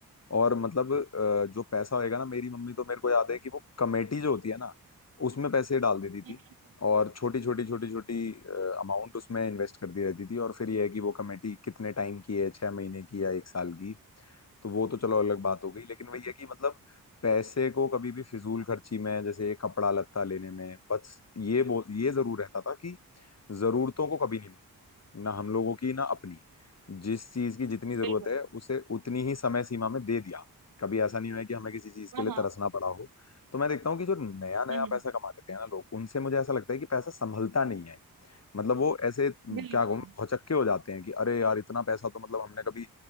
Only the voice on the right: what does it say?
हम्म,
बिल्कुल
हाँ
हाँ
हम्म हम्म,
बिल्कुल